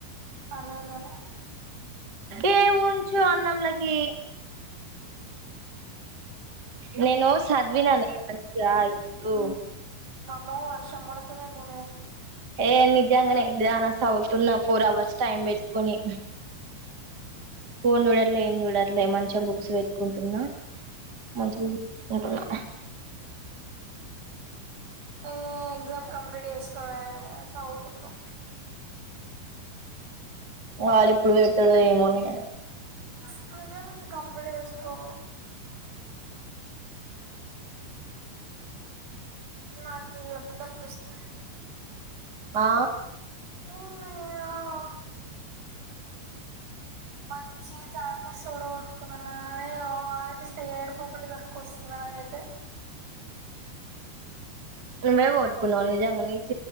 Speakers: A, on the right; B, on the right.
A: అర్ధంకాలే
B: ఏవు చు అన్నంల ఏ నేను సద్విననే మంచిగా ఇపు
A: మో వర్షం పడతాదేమోనే.
B: ఏ నిజంగానే ఎడ్డీదానా చదువుతున్నాం ఫోర్ అవర్స్ టైమ్ పెట్టుకొని ఫోన్ చూడ ఏం చూడట్లే మన్. చి బుక్స్ పెట్టుకుంటున్నా మంచినీళ్ళు పెట్టుకుంటున్న.
A: ఏ ఎగ్జామ్ కంప్లీట్ చేసుకోవే సావుకుందాం.
B: వాడు ఎప్పుడు పెడతాడో ఏమోనే.
A: స్పీడుగా నన్నా కంప్లీట్ చేసుకో. నాకిది ఒద్దనిపిస్తుంద్.
B: ఆ
A: అయ్యో మంచి ఛాన్సెస్ చూడగొట్టుకున్నా అని ఓ ఆలోచిస్తే ఏడుపు ఒకటి తక్కువ వస్తది నాకైతే
B: మేం పోగొట్టుకున్న నిజంగానే